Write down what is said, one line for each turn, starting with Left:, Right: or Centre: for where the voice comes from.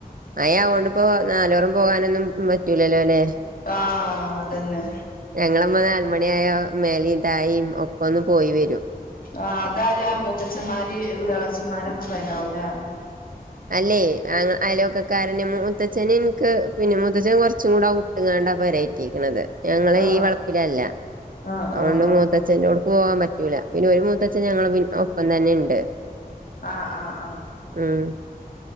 Right: മയാ ആ ഓണ്ട് പ്പോ നാലോറും പോകാനൊന്നും പറ്റൂല ലൊ ല്ലെ.
Left: ആഹ്. അതന്നെ.
Right: ഞങ്ങളമ്മ നാലുമണി ആയ മേലിം തായിം ഒക്കെ ന്ന് പോയി വരും.
Left: ആഹ് അതാര. മൂത്തച്ഛന്മാരിം എളച്ചന്മാരൊക്കെ പേര ആവൂലേ.
Right: അല്ലെയ്. ഞ അയൽ വക്കകാരന് മുത്തച്ഛനിം ക്ക് പിന്നെ മുത്തച്ൻ കുറച്ചും കൂടെ ഔ ട്ട് ങ്ങാണ്ടാ പെരറ്റിരിക്കണുന്നത്. ഞങ്ങള
Left: ആഹ്
Right: ഈ വളപ്പിലല്ല.
Left: ആഹ്
Right: അഓണ്ട്
Left: ആഹ് ആഹ്
Right: മൂത്തച്ഛന്റൊട് ക്ക്‌ പോകാൻ പറ്റൂല. പിന്നെ ഒരു മൂത്തച്ഛൻ ഞങ്ങള് ഒപ്പം തന്നെ ണ്ട്.
Left: ആഹ് ആഹ് ആഹ്
Right: ഉം.